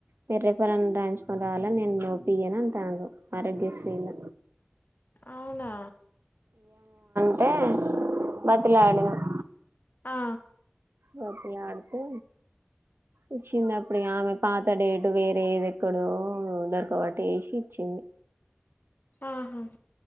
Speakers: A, on the right; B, on the left.
A: మీరు రెఫెర్ అన్న రాయించుకొని రావాలా నేను వోపి ఇయను అంతన్రు ఆరోగ్యశ్రీల
B: అవునా
A: అట్టే బతులాడినామ్
B: ఆ
A: బతిలాడితే ఇచ్చింది అప్పుడు ఆమె పాతడేటు వేరేది ఎక్కడో దొరకబట్టి వేసి ఇచ్చింది
B: ఆహా